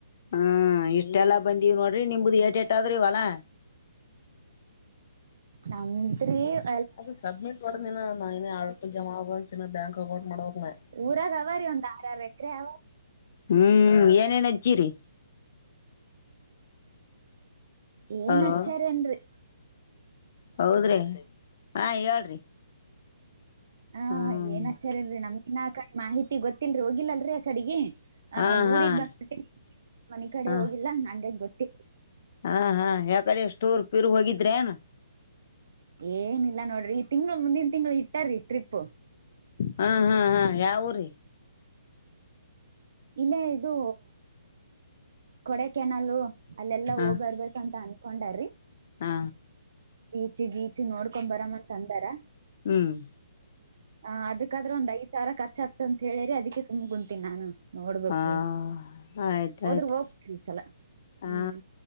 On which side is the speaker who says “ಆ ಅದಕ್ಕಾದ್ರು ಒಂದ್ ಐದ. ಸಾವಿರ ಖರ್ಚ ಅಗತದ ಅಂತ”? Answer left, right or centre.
Right